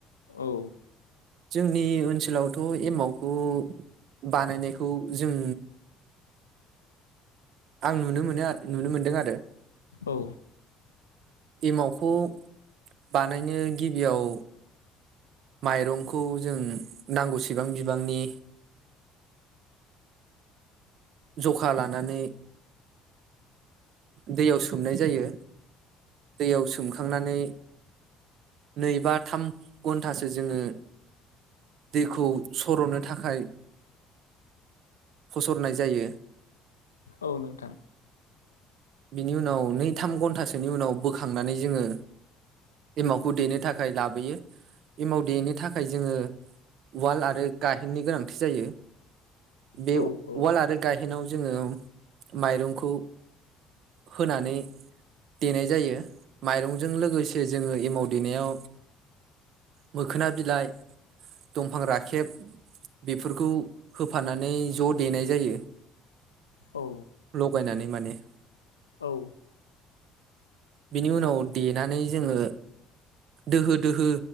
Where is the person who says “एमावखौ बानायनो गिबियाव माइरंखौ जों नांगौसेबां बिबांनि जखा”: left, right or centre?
Right